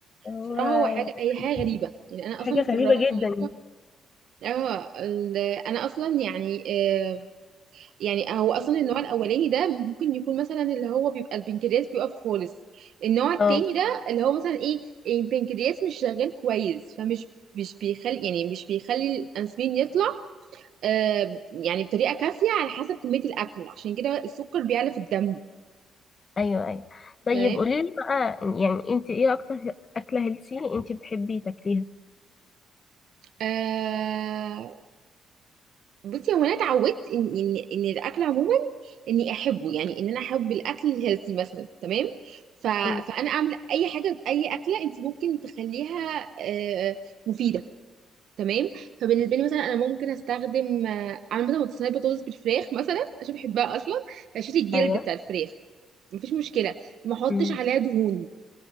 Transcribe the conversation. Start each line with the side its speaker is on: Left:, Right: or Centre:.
Left: هو
Right: بصراحه هو حاجه هي
Left: يعني
Right: حاجه غريبه يعني انا اصلا
Left: حاجه
Right: مستغربه
Left: غريبه
Right: الموضوع
Left: جدا
Right: اه ال- انا اصلا يعني آه، يعني هو اصلا النوع الاولاني ده ممكن يكون مثلا اللي هو بيبقى البنكرياس بيقف خالص النوع التاني
Left: اه
Right: ده اللي هو مثلا ايه البنكرياس مش شغال كويس فمش مش بيخلي يعني مش بيخلي الانسولين يطلع آه يعني بطريقه كافيه على حسب كميه الاكل عشان كده السكر بيعلى في الدم
Left: ايوه ايوه طيب
Right: تمام
Left: قولي لي بقى يعني انت ايه اكتر اكله هيلسي انت بتحبي تاكليها
Right: آه بصي هو انا اتعودت ان ان ان الاكل عموما اني احبه يعني ان انا احب الاكل الهيلثي مثلا تمام ف
Left: امم
Right: فانا اعمل اي حاجه اي اكله انت ممكن تخليها آه، مفيده تمام فبالنسبه لي مثلا انا ممكن استخدم آه، اعمل مثلا صينيه بطاطس بالفراخ مثلا عشان بحبها اصلا اشيل الجلد
Left: ايوه
Right: بتاع الفراخ مفيش مشكله ما احطش
Left: مم.
Right: عليها دهون